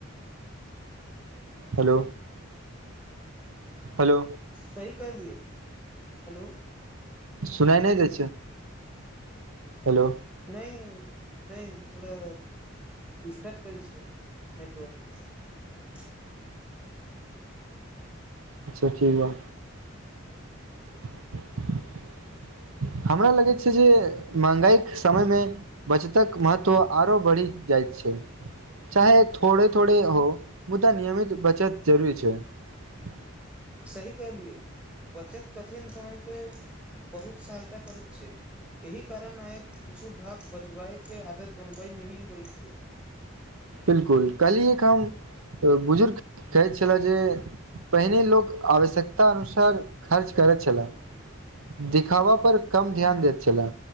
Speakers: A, on the right; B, in the centre.
A: हेलो हेलो
B: सही कहलियए हेलो
A: सुनाइ नहि दै हेलो
B: नहि नहि थोड़े डिस्टर्ब करए छै नेटवर्क
A: अच्छा ठीक बा <unintelligible> हमरा लगैत छै जे महगाई समय मे बचतक महत्व आरो बढ़ि जाइत छै चाहे थोड़े थोड़े हो मुद्दा नियमित बचत जरूरी छै <unintelligible>
B: सही कहलियए बचत कठिन समय पे बहुत सहायता करैत छै एहि कारण आइ किछु भाग बचबायके आदत बनबइ नहि होइत छै
A: बिल्कुल काल्हि एक हम बुजुर्ग कहैत छलै जे पहिने लोक आवश्यकता अनुसार खर्च करैत छलै दिखावा पर कम ध्यान देैत छलै